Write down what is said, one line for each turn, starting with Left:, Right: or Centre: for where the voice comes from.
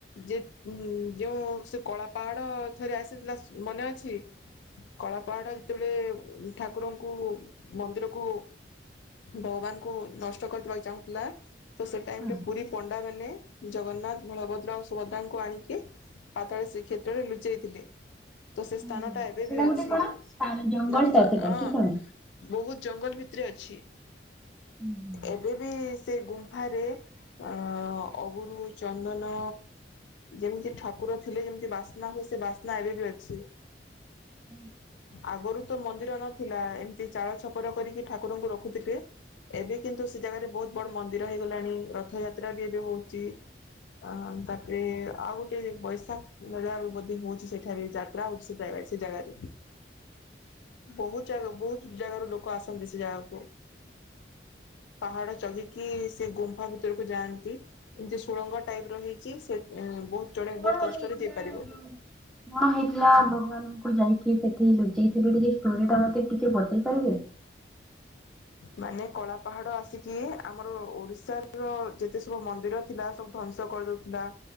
Left: ଯେ ଉଁ ଯୋଉ ସେ କଳା ପାହାଡ ଥରେ ଆସିଥିଲା ମନେ ଅଛି କଳା ପାହାଡ ଯେତେବେଳେ ଠାକୁରଙ୍କୁ ମନ୍ଦିରକୁ ଭଗବାନଙ୍କୁ ନଷ୍ଟ କରିଦବାକୁ ଚାହୁଁଥିଲା। ତ ସେଟ ଟାଇମ
Centre: ହଁ
Left: ପୁରୀ ପଣ୍ଡାନ ଜଗନ୍ନାଥ ବଳଭଦ୍ର ଆ ସୁଭଦ୍ରାଙ୍କୁ ଆଣିକ- ପାତାଳି ସେ କ୍ଷେତ୍ରରେ ଲୁଚେଇଥିଲେ। ତ ସେ ସ୍ଥାନ
Centre: ଓହୋ
Left: ଟା ଏବେ
Centre: ସେଟା
Left: ବି
Centre: ଗୋଟେ
Left: ଅଛି
Centre: କଣ ସ୍ଥାନ ଜଙ୍ଗଲ
Left: ଦର୍ଶ
Centre: ଟା ସେଟା
Left: ହଁ
Centre: କି କଣ?
Left: ବହୁତ ଜଙ୍ଗଲ ଭିତରେ ଅଛି।
Centre: ହୁଁ।
Left: ଏବେ ବି ସେ ଗୁମ୍ଫାରେ ଅ ଅଗୁରୁ ଚନ୍ଦନ ଯେମିତି ଠାକୁର ଥିଲେ ଯେମିତି ବାସ୍ନା ହୁ ସେ ବାସ୍ନା ଏବେ ବି ଅଛି।
Centre: କଣ
Left: ଆଗରୁ ତ ମନ୍ଦିର ନ ଥିଲା ଏମିତି ଚାଳ ଛପର କରିକି ଠାକୁରଙ୍କୁ ରଖୁିବଥିଲେ। ଏବେ କିନ୍ତୁ ସେ ଜାଗାରେ ବହୁତ ବଡ ମନ୍ଦିର ହେଇଗଲାଣି ରଥଯାତ୍ରା ବି ଏବେ ହଉଛି। ଅ ତାପରେ ଆଉ ଗୋଟେ ବୈଶାଖ ନେ ମଧ୍ୟ ହଉଛି ସେଠାରେ ଯାତ୍ରା ହଉଛି ସେଟ ସେ ଜାଗାରେ ବହୁତ ଜାଗା ବହୁତ ଜାଗାରୁ ଲୋକ କୁ ଆସନ୍ତି ସେ ଜାଗାକୁ ପାହାଡ ଚଗିକି ସେ ଗୁମ୍ ଘ ଭିତରକୁ ଯାଆନ୍ତି ଏମିତି ସୁଳଙ୍ଗ ଟାଇପ ର ହେଇ କି ସେ ବହୁତ ଜଣେ ବହୁତ
Centre: କଣଇଥିଲା
Left: କଷ୍ଟରେ ଯାଇପାରିବ।
Centre: ଯୋଉ କଣ ହେଇଥିଲା ଭଗବାନ ଯାଇକି ସେଠି ଲୁଚେଇଥିବି ଟିକେ ଷ୍ଟୋରିଟା ମତେ ଟିକେ ପଦେଇ ପାରିବେ
Left: ମାନେ କଳା ପାହାଡ ଆସିକି ଆମର ଓଡିଶ ର ଯେତେ ସବୁ ମନ୍ଦିର ଥିଲା ସବୁ ଧ୍ଵଂସ କରିଦେଉଥିଲା